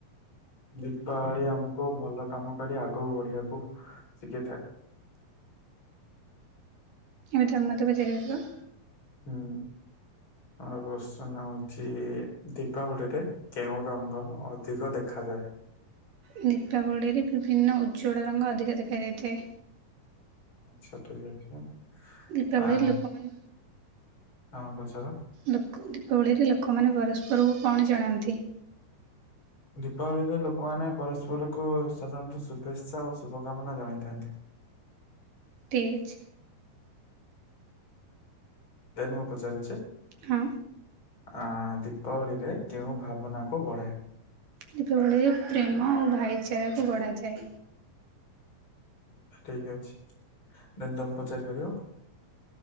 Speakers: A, on the left (about 35°); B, on the right (about 70°).
A: ଦୀପାବଳି ଆମକୁ ଭଲ କାମ କରି ଆଗକୁ ବଢିବାକୁ ଶିଖେଇଥାଏ।
B: ଏବେ ତମେ ମତେ ପଚାରିପାରିବ।
A: ହୁଁ। ଆଉ ପ୍ରଶ୍ନ ହଉଚି ଦୀପାବଳିରେ କେଉଁ ରଙ୍ଗ ଅଧିକ ଦେଖାଯାଏ?
B: ଦୀପାବଳିରେ ବିଭିନ୍ନ ଉଜ୍ଜ୍ୱଳ ରଙ୍ଗ ଅଧିକା ଦେଖାଯାଇଥାଏ।
A: ଆଚ୍ଛା ଠିକ୍ ଅଛି।
B: ଦୀପାବଳିରେ
A: ଆ
B: ଲୋକମାନେ
A: ତମେ ପଚାର।
B: ଲୋକ ଦୀପାବଳିରେ ଲୋକମାନେ ପରସ୍ପରକୁ କଣ ଜଣାନ୍ତି?
A: ଦୀପାବଳିରେ ଲୋକମାନେ ପରସ୍ପରକୁ ସାଧାରଣତଃ ଶୁଭେଚ୍ଛା ଓ ଶୁଭକାମନା ଜଣାଇଥାନ୍ତି।
B: ଠିକ୍ ଅଛି।
A: ଦେନ୍ ମୁଁ ପଚାରୁଚି।
B: ହଁ।
A: ଆଁ ଦୀପାବଳିରେ କେଉଁ ଭାବନାକୁ ବଢ଼ାଏ?
B: ଦୀପାବଳିରେ ପ୍ରେମ ଆଉ ଭାଇଚାରାକୁ ବଢ଼ାଇଥାଏ।
A: ଠିକ୍ ଅଛି। ଦେନ୍ ତମେ ପଚାରିପାରିବ।